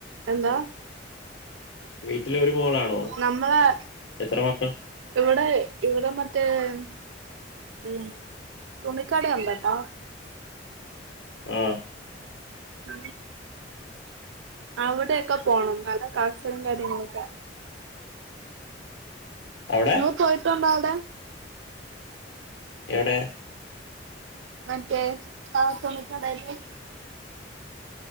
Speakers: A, on the right; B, on the left.
A: എന്താ
B: വീട്ടിലൊരു മോളാണോ
A: നമ്മളെ
B: എത്ര മക്കൾ?
A: ഇവിടെ ഇവിടെ മറ്റ റ്റ് ഉം തുണിക്കാട ഉണ്ട്ട്ടോ
B: ഉം
A: അ അവിടെൊക്കെ പോണം നല്ല കാസകം കാര്യങ്ങളൊക്കെ
B: അവിടെ
A: ങ്ങള് പോയിട്ടുണ്ടോ അവിടെ
B: എവിടെ
A: മറ്റേ ആ തുണിക്കടയില്